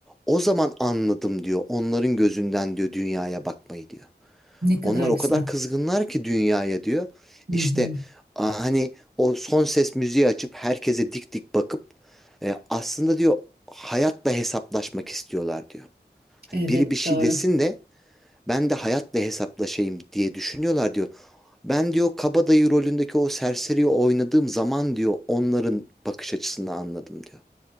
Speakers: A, in the centre; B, on the right.
A: O zaman anladım diyor. Onların gözünden diyor dünyaya bakmayı diyor.
B: Ne kadar
A: Onlar
B: güzel.
A: o kadar kızgınlar ki dünyaya diyor.
B: Hı
A: İşte
B: hı.
A: a- hani o son ses müziği açıp herkese dik dik bakıp e, aslında diyor hayatla hesaplaşmak istiyorlar diyor. Hani
B: Evet,
A: biri bir şey
B: doğru.
A: desin de ben de hayatla hesaplaşayım diye düşünüyorlar diyor. Ben diyor kabadayı rolündeki o serseriyi oynadığım zaman diyor onların bakış açısını anladım diyor.